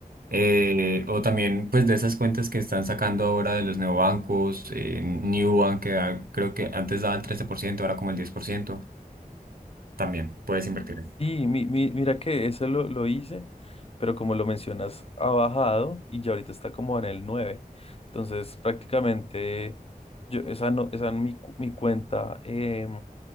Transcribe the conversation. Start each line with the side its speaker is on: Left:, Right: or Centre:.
Right: Eh, o también, pues, de esas cuentas que están sacando ahora de los neobancos, eh, Nubank, que da- creo que antes daba el 13% ahora como el 10%, también puedes invertir.
Left: Sí, mi- mi- mira que eso lo, lo hice, pero como lo mencionas, ha bajado y ya ahorita está como en el nueve Entonces, prácticamente, yo, esa no, esa no es mi, cu- mi cuenta, em,